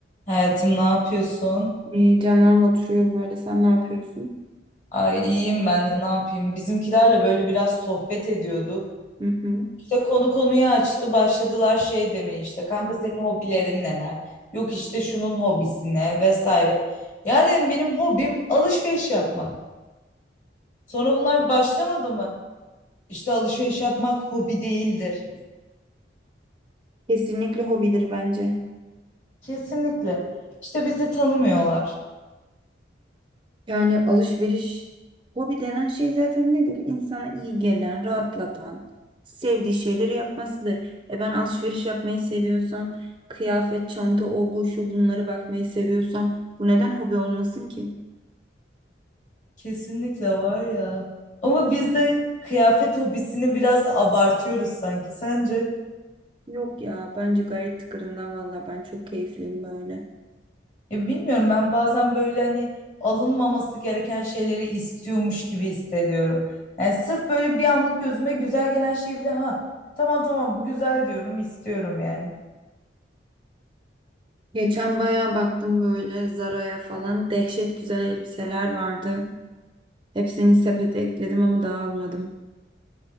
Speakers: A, on the left (about 40°); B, on the right (about 25°).
A: Hayatım ne yapıyorsun?
B: İyi canım oturuyorum öyle. Sen ne yapıyorsun?
A: Ay iyiyim ben de ne yapayım? Bizimkilerle böyle biraz sohbet ediyorduk.
B: Hı hı.
A: İşte konu konuyu açtı. Başladılar şey demeye işte. Kanka senin hobilerin neler? Yok işte şunun hobisi ne vesaire. Ya dedim benim hobim alışveriş yapmak. Sonra bunlar başlamadı mı? İşte alışveriş yapmak hobi değildir.
B: Kesinlikle hobidir bence.
A: Kesinlikle. İşte bizi tanımıyorlar.
B: Yani alışveriş hobi denen şey zaten nedir? İnsana iyi gelen, rahatlatan, sevdiği şeyleri yapmasıdır. E ben alışveriş yapmayı seviyorsam, kıyafet, çanta, o bu şu bunları bakmayı seviyorsam bu neden hobi olmasın ki?
A: Kesinlikle var ya. Ama biz de kıyafet hobisini biraz abartıyoruz sanki. Sence?
B: Yok ya bence gayet tıkırında valla ben çok keyifliyim böyle.
A: Ya bilmiyorum ben bazen böyle hani alınmaması gereken şeyleri istiyormuş gibi hissediyorum. Yani sırf böyle bir anlık gözüme güzel gelen şey bile ha tamam tamam bu güzel diyorum istiyorum yani.
B: Geçen bayağı baktım böyle Zara'ya falan dehşet güzel elbiseler vardı. Hepsini sepete ekledim ama dağılmadım.